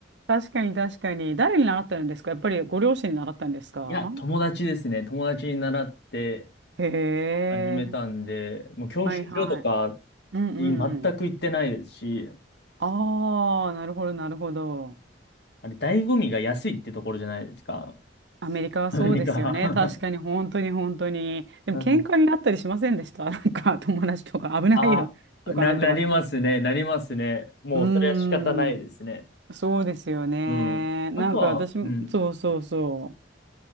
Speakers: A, on the right; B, on the left.
A: 確かに確かに。誰に習ってるんですかやっぱりご両親に習ったんですか
B: いや、友達ですね。友達に習って
A: へえ、
B: 始めたんで、もう教習所とか
A: はいはい。うんうんうん。
B: い全く行ってないですし、
A: ああ、なるほど、なるほど。
B: あれ、醍醐味が安いってところじゃないですか。
A: アメリカはそうですよね。
B: 何か
A: 確かに、本当に、本当に。でも、
B: <laughs> なん、
A: 喧嘩になったりしませんでした <laughs> なんか、友達とか、危ないよ、
B: あ、な、
A: とか、なんとかと。
B: なりますね、なりますね。もう、
A: うー
B: それは仕方ないですね。
A: ん、そうですよね。
B: うん。
A: なんか、
B: あとは、
A: 私も、
B: うん。
A: そうそうそう。